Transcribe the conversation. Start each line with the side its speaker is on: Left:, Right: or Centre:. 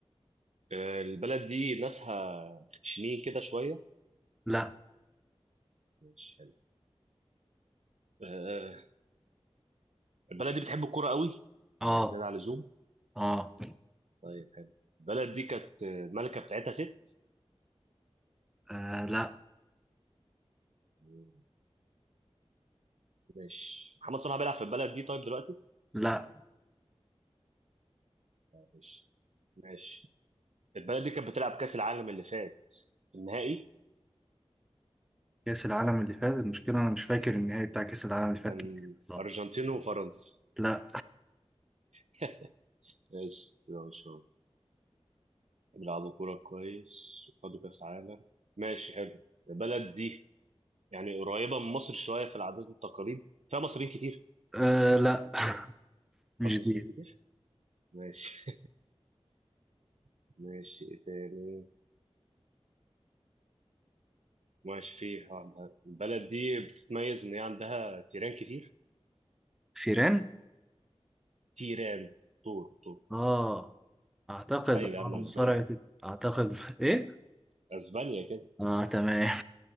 Right: آه البلد دي ناسها خشنين كده شوية
Centre: لا
Right: ماشي حلو آه البلد دي بتحب الكورة قوي
Centre: اه
Right: يعني زيادة عن اللزوم
Centre: اه
Right: طيب حلو البلد دي كانت الملكة بتاعتها ست
Centre: آه، لا
Right: مم، ماشي محمد صلاح بيلعب في البلد دي طيب دلوقتي
Centre: لا
Right: ماشي ماشي البلد دي كانت بتلعب كأس العالم اللي فات النهائي
Centre: كاس العالم اللي فات المشكله انا مش فاكر النهائي بتاع كاس العالم اللي فات
Right: كان
Centre: كان إيه بالظبط
Right: أرجنتين وفرنسا
Centre: لا
Right: <laughs> ماشي كده إن شاء الله بيلعبوا كورة كويس خدوا كأس عالم ماشي حلو البلد دي يعني قريبة من مصر شوية في العادات والتقاليد فيها مصريين كتير
Centre: أه لا <laughs> مش
Right: مفيهاش
Centre: دي
Right: مصريين كتير ماشي <laughs> ماشي إيه تاني ماشي في واحدة. البلد دي بتتميز إن هي عندها تيران كتير
Centre: فيران
Right: تيران طور طور
Centre: اه اعتقد
Right: طيب يا
Centre: اه
Right: عم أسبانيا
Centre: مصارعة اعتقد <laughs> ايه
Right: أسبانيا كده
Centre: اه تمام